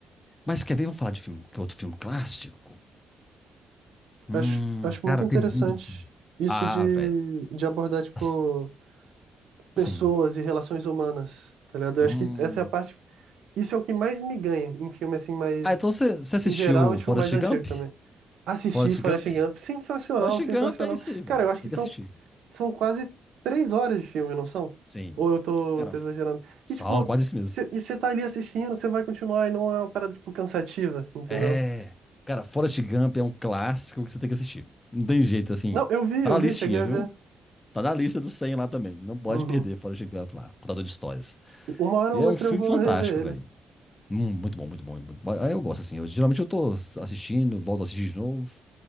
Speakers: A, on the left; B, on the right.
A: Mas quer ver? Vamos falar de filme, que é outro filme clássico. Hum,
B: Acho, acho
A: cara,
B: muito interessante
A: tem muito.
B: isso
A: Ah,
B: de,
A: velho.
B: de abordar, tipo,
A: As-
B: pessoas
A: Sim.
B: e relações humanas, tá ligado?
A: Hum.
B: Eu acho que essa é a parte. Isso é o que mais me ganha em filme, assim, mais.
A: Ah, então você você assistiu
B: Em geral, e, tipo,
A: Forrest
B: mais antigo
A: Gump?
B: também. Assisti
A: Forrest
B: Forrest
A: Gump?
B: Gump. Sensacional,
A: Forrest
B: sensacional.
A: Gump é isso aí, velho.
B: Cara, eu acho
A: Tem
B: que
A: que
B: são,
A: assistir.
B: são quase três horas de filme, não são?
A: Sim.
B: Ou eu tô,
A: Cara,
B: tô exagerando?
A: são
B: E, tipo,
A: quase isso mesmo.
B: cê- e você tá ali assistindo, você vai continuar e não é uma parada, tipo, cansativa, entendeu?
A: É. Cara, Forrest Gump é um clássico que você tem que assistir. Não tem jeito, assim.
B: Não, eu vi,
A: Tá
B: eu
A: na
B: vi,
A: listinha,
B: cheguei a
A: viu?
B: ver.
A: Tá na lista do 100 lá também. Não pode
B: Uhum.
A: perder Forrest Gump lá, contador de histórias.
B: E Uma hora
A: E
B: ou
A: é
B: outra
A: um filme
B: eu vou
A: fantástico,
B: rever
A: velho.
B: ele.
A: Hum, muito bom, muito bom. muito bom. Aí eu gosto, assim. Eu, geralmente eu tô assistindo, volto a assistir de novo.